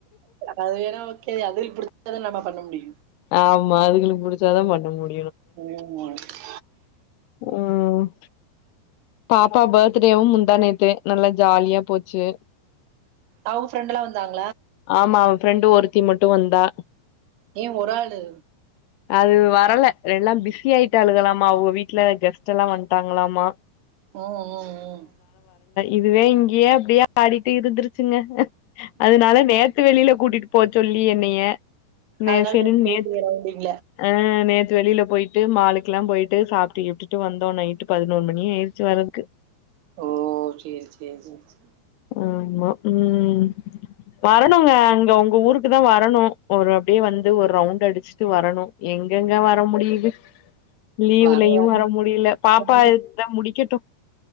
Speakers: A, on the right (about 70°); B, on the left (about 75°).
A: அது வேணா ஓகே அது புடிச்சாதானோ நம்ம பண்ண முடியு
B: ஆமா அதுக்குளுக்கு புடிச்சாதா பன்ன முடியு
A: <unintelligible>
B: ம் ம் பாப்பா பர்த்டேவு மு்ந்தானேத்து நல்லா ஜாலியா போச்சு
A: அவுங்க ஃப்ரெண்ட்டுலா வந்தாங்
B: ஆமா ஃப்ரெண்டு ஒருத்தி மட்டு வந்தா
A: ஏன் ஒரு ஆளு
B: அது வரல எல்லா பிஸி ஆயிட்டாலுங்கலாமா அவுங்க வீட்டுல கெஸ்ட் லா வந்துட்டாங்களாமா
A: ம் ம் ம்
B: இதுவே இங்கயே அப்டியே ஆடிட்டு இருந்துருச்சுங்க அதனால நேத்து வெளியில கூட்டிட்டு போக சொல்லி என்னைய நே
A: அதனால
B: செரின்னு
A: <inaudible>
B: நேத் ஆ நேத்து வெளில போய்ட்டு மாலுக்கு லா போய்ட்டு சாப்ட்டு இப்ட்டுகிட்டு வந்தோ நைட்டு பதினோரு மணி ஆயிடுச்சி வர்றதுக்கு
A: ஓ செரி செரி செரி செ
B: ஆமா ம் வரணும்ங்க அங்க உங்க ஊருக்கு தா வரணோ ஒரு அப்டியே வந்து ஒரு ரவுண்ட் அடிச் சுட்டு வரணு எங்கெங்க வர முடியுது லீவ்லயு
A: வாங்க வாங்க
B: வர முடியல பாப்பா
A: <inaudible>
B: இத முடிக்கட்டு